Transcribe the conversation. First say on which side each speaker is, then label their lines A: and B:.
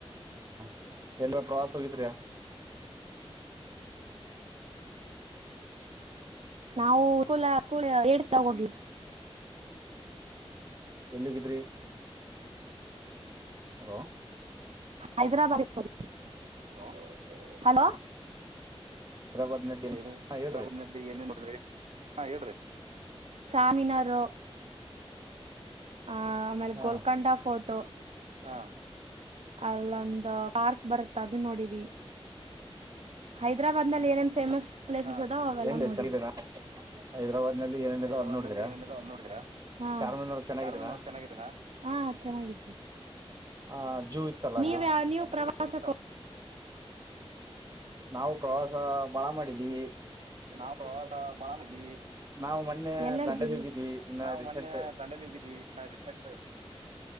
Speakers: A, on the right; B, on the right.
A: ಹ ಎಲ್ಲ ಪ್ರವಾಸ ಹೋಗಿದ್ರಯ
B: ನಾವುಲ ಹೇಡ್ತಾ ಹೋಗ
A: ಎಲ್ಲಿಹೋಗಿದ್ರು <unintelligible> ಹಲೋ
B: ಹೈದರಾಬಾದ್ ಹೋಗಿ <unintelligible> ಹಲೋ
A: ಹೈದರಾಬಾದ್ ನಲ್ಲಿ
B: <unintelligible> ಏನ್
A: ಹಾ ಹೇಳ್ರಿ
B: ಏನ್ ನೋಡಿದ್ರಿ ಹಾ ಹೇಳ್ರಿ ಚಾಮಿನಾರು ಆ ಆಮೇಲೆ
A: ಹಾ
B: ಕೊಳ್ಕೊಂಡಾಫೋರ್ಟು ಆ ಅಲ್ಲೊಂದು ಪಾರ್ಕ್ ಬರುತ್ತ ಅದುನ್ ನೋಡಿವಿ ಹೈದ್ರಾಬಾದ್ನಲ್ ಏನೆನ್ ಫೇಮಸ್ ಪ್ಲೇಸಸ್ ಇದಾವ ಅವೆಲ್ಲ
A: ಹೆಂಗ
B: ನೋಡಿ
A: ಚೆನ್ನಾಗಿದ್ದೇನಾ ಹೈದರಾಬಾದ್ ನಲ್ಲಿ ಏನೇನಿದೆ
B: ಹೈದರಾಬಾದ್
A: ಅದ್ ನೋಡಿದ್ರ
B: ನ್ಲ್ಲಿ ಏನೇನು ಇದಾವೆ ನೋಡಿದಿರಾ ಹಾ
A: ಚಾರ್ಮಿನಾರ್ ಚೆನ್ನಾಗಿದ್ದೇನಾ
B: ಚಾರ್ಮಿನಾರ್ ಚೆನ್ನಾಗಿದೆ ಚೆನ್ನಾಗಿದೆ
A: ಆ ಜೂ ಇತ್ತಲ್ಲ
B: ನೀವ್ಯಾ
A: ಅಲ್ಲಿ
B: ನೀವ್ ಪ್ರವಾಸಕ್
A: ನಾವು ಪ್ರವಾಸ ಬಾಳ ಮಾಡಿದ್ದೀವಿ
B: ನಾವ್ ಪ್ರವಾಸ <unintelligible>
A: ನಾವು ಮೊನ್ನೆ
B: ಎಲ್ಲೆಲ್
A: ದಾಂಡಲಿ
B: ಹೋಗಿರಿ
A: ಹೋಗಿದ್ವಿ ಇನ್ನ
B: ನಾವು
A: ರೀಸೆಂಟ್
B: ಮನ್ನೆ ದಾನ್ಡೇಲಿ ಹೋಗಿದಿವಿ ನಾವ್ ರಿಸನ್